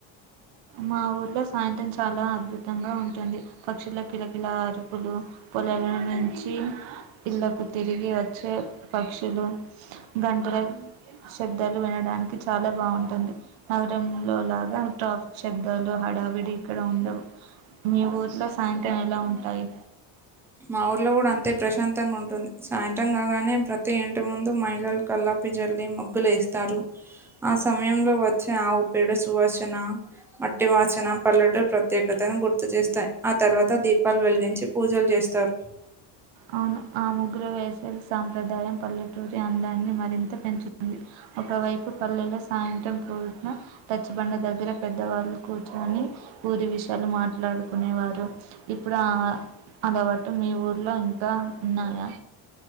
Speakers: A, on the right (about 70°); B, in the centre.
A: మా ఊర్లో సాయంత్రం చాలా అద్భుతంగా ఉంటుంది పక్షుల కిలకిల అరుపులు పొలలా నుంచి ఇళ్లకు తిరిగి వచ్చే పక్షులు గంటలు శబ్దాలు వినడానికి చాలా బాగుంటుంది నగరం లో లాగా ట్రాఫిక్ శబ్దాలు హడావిడి ఇక్కడ ఉండవు మీ ఊర్లో సాయంత్రం ఎలా ఉంటాయి
B: మా ఊర్లో కూడా అంతే ప్రశాంతంగా ఉంటుంది సాయంత్రం కాగానే ప్రతి ఇంటి ముందు మహిళల కల్లా పు జల్లి మగ్గులు వేస్తారు ఆ సమయంలో వచ్చే ఆవు పేడు సువాసన మట్టి వాచన పల్లెటురి ప్రత్యేకతను గుర్తు చేస్తాయి ఆ తర్వాత దీపాలు వెలిగించి పూజలు చేస్తా త్తర్
A: అవును ఆ ముగ్గురు వేసవి సాంప్రదాయం పల్లెటూరి అందాన్ని మరింత పెంచుతుంది ఒకవైపు పల్లెలో సాయంత్రం పూట రచ్చిబండ దగ్గర పెద్దవాళ్ళు కూర్చొని ఊరి విషయాలు మాట్లాడుకునేవారు ఇప్పుడు ఆ అలవాటు మీ ఊర్లో ఇంకా ఉన్నాయా